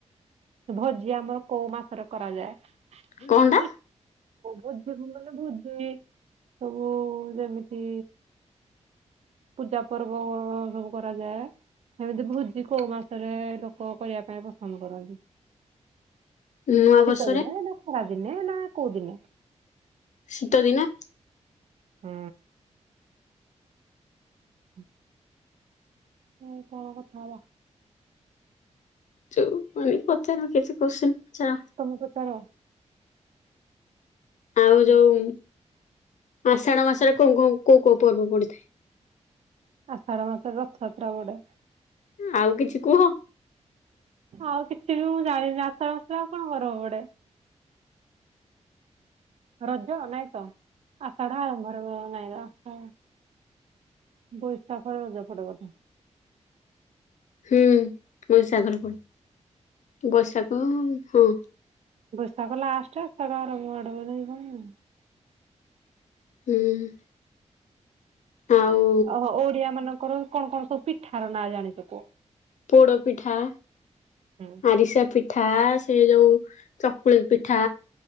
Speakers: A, on the right (about 60°); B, on the left (about 80°).
A: ଭୋଜି ଆମର କୋଉ ମାସରେ କରାଯାଏ। କୋଉ
B: କଣଟା
A: ଭୋଜି ମାନେ ଭୋଜି ସବୁ ଯେମିତି ପୂଜା ପର୍ବ ସବୁ କରାଯାଏ ହେମିତି ଭୋଜି କୋଉ ମାସରେ ଲୋକ କରିବା ପାଇଁ ପସନ୍ଦ କରନ୍ତି।
B: ନୂଆ ବର୍ଷରେ
A: ଶୀତ ଦିନେ ନା ଖରା ଦିନେ ନା କୋଉ ଦିନେ?
B: ଶୀତଦିନ।
A: ହୁଁ। ହୁଁ। ଆଉ କଣ କଥା ହବା।
B: ଯଉ ମାନ ପଚାରି କିଛି କୋସ୍ଚିନ୍ ପଚାର
A: ତମେ ପଚାର?
B: ଆଉ ଯୋଉ ଆଷାଢ ମାସରେ କଁ କଁ କୋଉ କୋଉ ପର୍ବ ପଡିଥାଏ?
A: ଆଷାଢ଼ ମାସରେ ରଥଯାତ୍ରା ପଢ଼େ।
B: ଆଉ କିଛି କୁହ?
A: ଆଉ କିଛିବି ମୁଁ ଜାଣିନି ଆଷାଢ଼ ମାସରେ ଆଉ କଣ ପରବ ପଡ଼େ। ରଜ ନାଇତ ଆଷାଢ଼ ଆରମ୍ଭରେ <unintelligible> ବୈଶାଖରେ ରଜ ପଡ଼େ ବୋଧେ।
B: ହୁଁ ବୈଶାଖରେ ପଡ଼େ ବୈଶାଖ ହଁ।
A: ବୈଶାଖ ଲାଷ୍ଟେ ଆଷାଢ଼ ଆରମ୍ଭ ଆଡ଼କୁ ବୋଧେ କଣ।
B: ହୁଁ। ଆଉ
A: ଓହୋ ଓଡ଼ିଆ ମାନଙ୍କର କଣ କଣ ସବୁ ପିଠାର ନାଁ ଜାଣିଚ କୁହ?
B: ପୋଡ଼ ପିଠା
A: ହୁଁ
B: ଆରିସା ପିଠା ସେ ଯୋଉ ଚକୁଳି ପିଠା